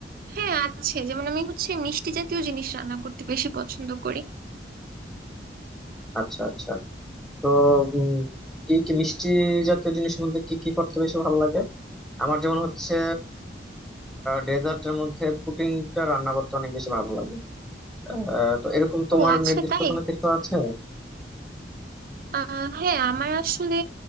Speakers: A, on the right (about 50°); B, in the centre.
A: হ্যাঁ আছে যেমন আমি হচ্ছে মিষ্টি জাতীয় জিনিস রান্না করতে বেশি পছন্দ করি
B: আচ্ছা আচ্ছা তো উম, কি কি মিষ্টি জাতীয় জিনিসের মধ্যে কি কি করতে বেশি ভালো লাগে আমার যেমন হচ্ছে ডেজার্টের মধ্যে পুডিংটা রান্না করতে অনেক বেশি ভালো লাগে আহ তো এরকম তোমার
A: ও আচ্ছা
B: নির্দিষ্ট
A: তাই
B: কোনো কিছু আছে
A: আহ হ্যাঁ আমার আসলে